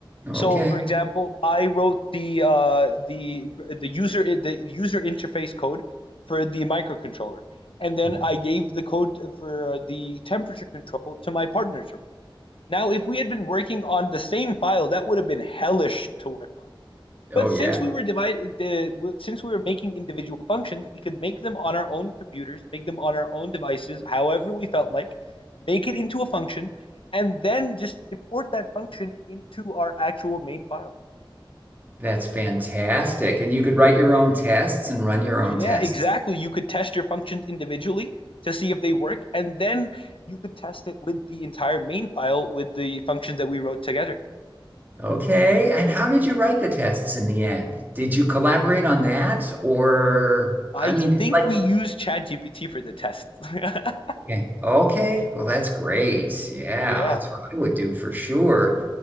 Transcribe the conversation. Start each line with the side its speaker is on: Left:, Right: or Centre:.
Right: okay
Left: So, for example, I wrote the uh, the the user the user interface code for the microcontroller, and then
Right: Hmm.
Left: I gave the code for the temperature control to my partner now, if we had been working on the same file, that would have been hellish to work on. But
Right: oh yeah
Left: since we were divided, the, since we were making individual functions, we could make them on our own computers, make them on our own devices, however we felt like, make it into a function, and then just import that function into our actual main file.
Right: That's fantastic. And you could write your own tests and run your own
Left: Yeah,
Right: tests.
Left: exactly. You could test your functions individually to see if they work, and then you could test it with the entire main file with the functions that we wrote together.
Right: Okay. And how did you write the tests in the end? Did you collaborate on that? Or,
Left: I
Right: I mean,
Left: think
Right: like,
Left: we used ChatGPT for the test. <laughs>
Right: okay. Okay. Well, that's great. Yeah.
Left: Yeah,
Right: That's what I would do for sure.